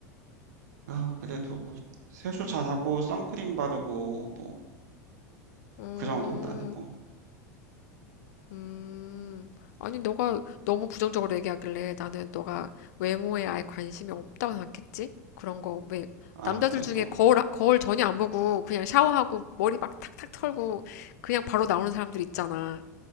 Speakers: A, on the right; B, on the left.
A: 아, 그래도 뭐, 세수 잘하고, 선크림 바르고, 뭐,
B: 음,
A: 그 정도? 나는 뭐.
B: 음, 아니, 너가 너무 부정적으로 얘기하길래 나는 너가 외모에 아예 관심이 없다고 생각했지? 그런 거, 왜,
A: 아,
B: 남자들
A: 그래도,
B: 중에 거울, 거울 전혀 안 보고 그냥 샤워하고 머리 막 탁탁 털고 그냥 바로 나오는 사람들 있잖아.